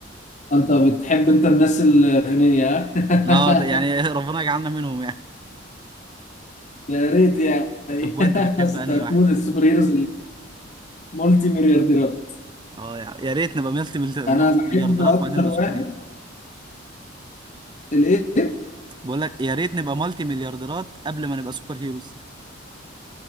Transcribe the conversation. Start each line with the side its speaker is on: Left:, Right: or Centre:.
Left: انت بتحب انت الناس الغنيه <laughs>
Right: اه ده يعني <laughs> ربنا يجعلنا منهم يعني
Left: يا ريت يعني
Right: طب وانت
Left: <laughs>
Right: بتحب
Left: بس
Right: انهي
Left: انت هتموت
Right: واحد؟
Left: السوبر هيروز المالتي مليارديرات
Right: اه يا يا ريت نبقى ملتي ملت- ملتي
Left: انا بحب
Right: مليارديرات
Left: اكتر
Right: وبعدين نبقى
Left: واحد
Right: سوبر هيرو
Left: الايه
Right: بقول لك يا ريت نبقى ملتي مليارديرات قبل ما نبقى سوبر هيروز